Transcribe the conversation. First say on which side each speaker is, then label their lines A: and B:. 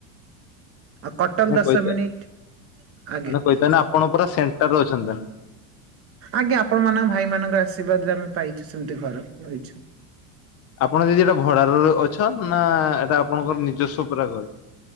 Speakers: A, on the right; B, on the left.
A: ଆଉ କଟକ
B: ମାନେ
A: ଦଶ
B: କହିଥା
A: ମିନିଟ। ଆଗେ
B: ମାନେ କହିଥାନ ଆପଣ ପୁରା ସେଣ୍ଟର ଅଛନ୍ତି।
A: ଆଜ୍ଞା ଆପଣ ମାନଙ୍କ ଭାଇ ମାନଙ୍କର ଆଶୀର୍ବାଦରେ ଆମେ ପାଇଛୁ ସେମିତି ଘର ପାଇଛୁ।
B: ଆପଣ ଦିଦି ଏଟା ଭଡାରରେ ଅଛନ୍ ନା ଏଇଟା ଆପଣଙ୍କର ନିଜସ୍ୱ ପୁରା ଘର?